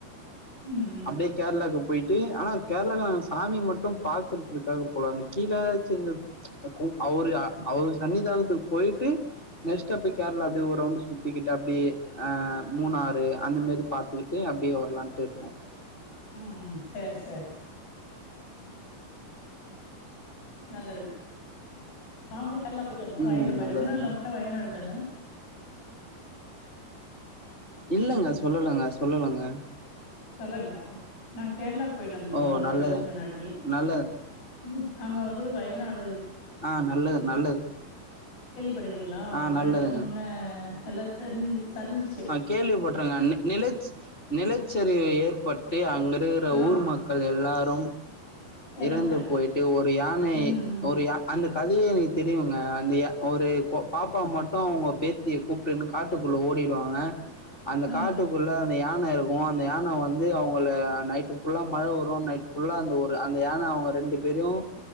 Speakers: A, on the left; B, on the left.
A: ம் ம்
B: அப்டியே கேரளாவுகு போயிடு ஆனா கேரளாளையும் நாங்க சாமி மட்டும் பாகறதுகாக போகலா அந்த ப்ச் கீல ப்ச் அந்த அவுரு அவர் சன்னிதானத்துகு போயிடு நெக்ஸ்டே அப்டியே கேரளா அப்டியே ஒரு ரவுண்டு சுத்திகிடு அப்டியே ஆ மூணாறு அந்த மாரி பாத்துகிட்டு அப்டியே ஓ லாம்ட்டுே ச <inaudible>
A: ம்ம் செரி செரி நலது நாங் நல்லா போயட்டுந்த
B: ம்
A: வயனு போயட்டுந்தா
B: அவ்ளோதாங்க
A: உங்காயாடுந்தன்
B: இலங்க சொல்லங்க சொல்லங்க
A: சொல்லங்களா நாங்க கேரளா கு போயிட்டு வந்தோம்
B: ஓ!
A: ஒரு
B: நல்லதா
A: ரெண்டுனலக்கு முன்னாடி
B: நல்லது.
A: ம் அங்க வந்து வயநாடு
B: ஆ நல்லது நல்லது
A: படிறீங்களா
B: ஆ
A: ரெண்டு
B: நல்லதுங்க.
A: வருஷம் முன்னே எல்ஸ் சரி நீ சரிஞ்
B: கேள்விப்பட்டறங்க நிலச் நிலச செரி ஏற்பாட் அங்க இருக்குற
A: ஆ
B: ஊர் மக்கள் எல்லாரும் ம்
A: எறந்துட்டாங்க
B: இறந்து போயிட்டு ஒரு யானை
A: ம் ம்
B: ஒருய அந்த கதய எனக்கு தெரியுங்க அந்த ஏ ஒரு கோ பாப்பா மட்டும் அவங்க பேத்திய கூப்பட்டுன்னு காட்டுக்குள்ளே ஓடிடுவாங்க அந்த
A: ம்
B: காட்டுக்குள்ள யான இருக்கும் அந்த யான வந்து அவங்க நைட் புல்லா மழ வரும் நைட் புல்லா அ ஒரு அந்த யான அவங்க ரெண்டு பேரும்யும்